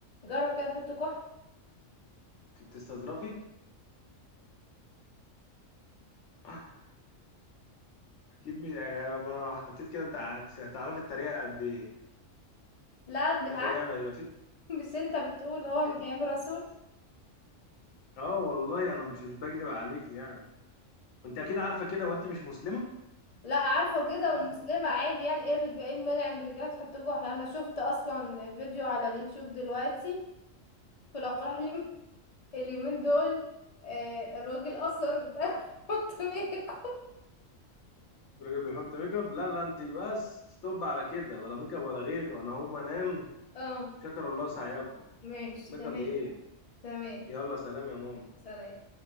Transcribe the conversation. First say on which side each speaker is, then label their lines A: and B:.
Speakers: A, on the left; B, on the left.
A: جرب كده تحط كحل
B: انت بتستظرفي <clears throat> <laughs> اكيد مش يعني انا لو حطيت كده انت هت- هتعرفي التريقة قد ايه
A: لا بالعكس
B: في تريقة يبقى في
A: <laughs> مش انت بتقول
B: بالعكس
A: هو من ايام الرسول
B: اه والله انا مش مش بكدب عليك يعني انت اكيد عارفة كده وانت مش مسلمة
A: لا عارفة
B: أكيد
A: كده
B: عارفة
A: ومسلمة
B: كده
A: عادي يعني ايه الرجال ايه المانع ان الرجالة تحط كحل انا شفت اصلا فيديو على اليوتيوب دلوقتي في الافراح اليوم- <laughs> اليومين دول آه الراجل اصلا <laughs> ده بيحط ميك اب
B: الراجل بيحط ميك اب لا لا انت بس ستوب على كده بلا ميك اب ولا غيره انا هقوم انام
A: اه
B: شكر الله سعيكم
A: ماشي
B: ميك
A: تمام
B: اب ايه
A: تمام
B: يلا سلام يا ماما
A: سلام